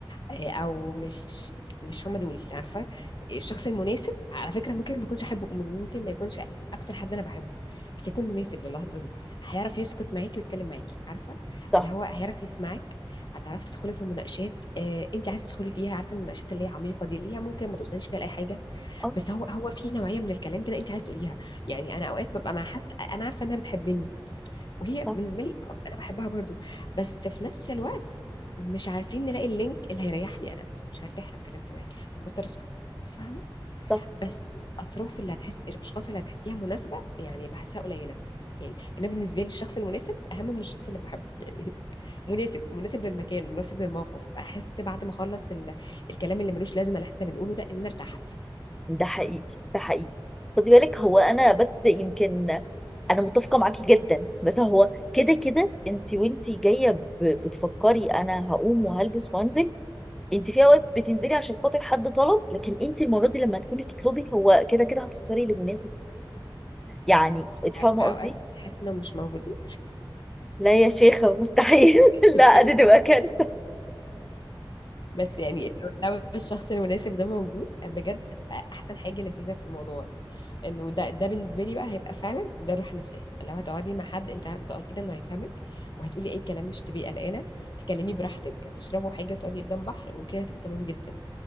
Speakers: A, on the left; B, in the centre.
A: آه، او مش مش هم دول عارفه الشخص المناسب على فكره ممكن ما يكونش احبه ممكن ما يكونش اكتر حد انا بحبه بس يكون مناسب للحظه دي هيعرف يسكت معاكي ويتكلم معاكي عارفه
B: صح
A: اللي هو هيعرف يسمعك هتعرفي تدخلي في مناقشات آه انت عايزه تدخلي فيها عارفه المناقشات اللي هي عميقه دي اللي هي ممكن ما توصليش فيها لاي حاجه
B: آه،
A: بس هو هو في نوعيه من الكلام كده انت عايزه تقوليها يعني انا اوقات ببقى مع حد انا عارفه انها بتحبني وهي
B: صح
A: بالنسبه لي آه، انا بحبها برضو بس في نفس الوقت مش عارفين نلاقي اللينك اللي هيريحني انا مش هرتاح لو اتكلمت معاك فبضطر اسكت فاهمه
B: صح
A: بس اطراف اللي هتحس الاشخاص اللي هتحسيها مناسبه يعني بحسها قليله يعني انا بالنسبه لي الشخص المناسب اهم من الشخص اللي بحبه <laughs> يعني مناسب مناسب للمكان مناسب للموقف احس بعد ما اخلص ال... الكلام اللي ملوش لازمه اللي احنا بنقوله ده ان انا ارتحت
B: ده حقيقي ده حقيقي خدي بالك هو أنا بس يمكن أنا متفقة معاكي جدا بس هو كده كده أنت وأنت جاية ب... بتفكري أنا هقوم وهلبس وأنزل انت في اوقات بتنزلي عشان خاطر حد طلب لكن انت المره دي لما تكوني تطلبي هو كده كده هتختاري اللي مناسب ليكي يعني انت
A: عارفه
B: فاهمه قصدي
A: اوقات تحس انهم مش موجودين
B: لا يا شيخه مستحيل <laughs>
A: <laughs>
B: لا دي تبقى كارثه
A: بس يعني لو لو الشخص المناسب ده موجود بجد هتبقى احسن حاجه لذيذه في الموضوع يعني انه ده ده بالنسبه لي بقى هيبقى فعلا ده الراحه النفسيه لو هتقعدي مع حد انت متاكده انه هيفهمك وهتقولي اي كلام مش تبقي قلقانه تكلمي براحتك تشربوا حاجه تقعدي قدام بحر وكده هتبقي تمام جدا